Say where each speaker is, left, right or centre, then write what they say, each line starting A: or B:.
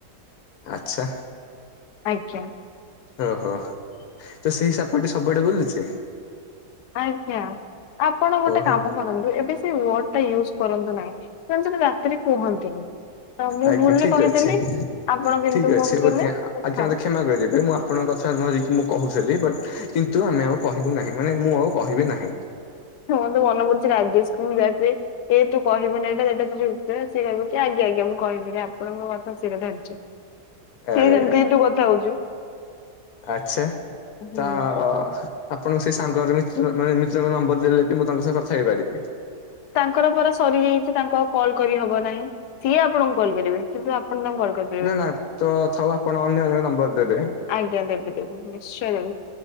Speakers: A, on the left; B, on the left.
A: ଆଚ୍ଛା
B: ଆଜ୍ଞା।
A: ଓହୋ, ତ ସେଇ ସାପଟି ସବୁଆଡେ ବୁଲୁଚି?
B: ଆଜ୍ଞା, ଆପଣ ଗୋଟେ
A: ଓହୋ
B: କାମ କରନ୍ତୁ ଏବେ ସେ ୱାର୍ଡ ଟା ୟୁଜ୍ କରନ୍ତୁ ନାହିଁ କାରଣ ସେଟା ରାତିରେ କୁହନ୍ତିନି। ତ ମୁଁ
A: ଆଜ୍ଞା
B: ଭୁଲରେ
A: ଠିକ
B: କହିଦେଲି।
A: ଅଛି
B: ଆପଣ କିନ୍ତୁ
A: ଠିକ ଅଛି
B: କହୁଥିଲେ
A: ଓକେ ଆଜ୍ଞା
B: କଥା
A: ମତେ କ୍ଷମା କରିଦେବେେ ମୁଁ ଆ ଆପଣଙ୍କ କଥା ନ ଦେଇକି ମୁଁ କହୁଥିଲି, ବଟ କିନ୍ତୁ ଆମେ ଆଉ କହିବୁ ନାହିଁ ମାନେ ମୁଁ ଆଉ କହିବି ନାହିଁ।
B: ମୋର ତ ମନେ ପଡୁଛି ରାଜେଶ କୁ ମୁଁ ଯାହାକୁହେ ଏ ତୁ କିହିବୁନି ଏଟା ସେଇଟା, କେବେ ଉତ୍ତର, ସେ କହୁଛି ଆଜ୍ଞା ଆଜ୍ଞା, ମୁ କହିବିନି, ଆପଣଙ୍କ କଥା ସିର ଧାର୍ଯ୍ୟ
A: ଆରେ
B: ସେ ସେମିତି ତୁ କଥା ହଉଛୁ।
A: ଆଛା
B: ହୁଁ
A: ତ ଆପଣଙ୍କୁ ସେ ସାଙ୍ଗର ମାନେ ମିତ୍ରଙ୍କ ନମ୍ବର ଦେଲେ ବି ମୁଁ ତାଙ୍କ ସହ କଥା ହେଇପାରିବି।
B: ତାଙ୍କର ପରା ସରିଯାଇଛି ତାଙ୍କୁ ଆଉ କଲ୍ କରିହବ ନାହିଁ। ସିଏ ଆପଣଙ୍କୁ କଲ୍ କରିବେ କିନ୍ତୁ ଆପଣ ତାଙ୍କୁ କଲ କରିବେ
A: ନା ନା ତ ଥାଉ ଆପଣ ଅନାନ୍ୟ ନମ୍ବର ଦେବେ।
B: ଆଜ୍ଞା ଦେବି ଦେବି ନିଶ୍ଚୟ ଦେବି।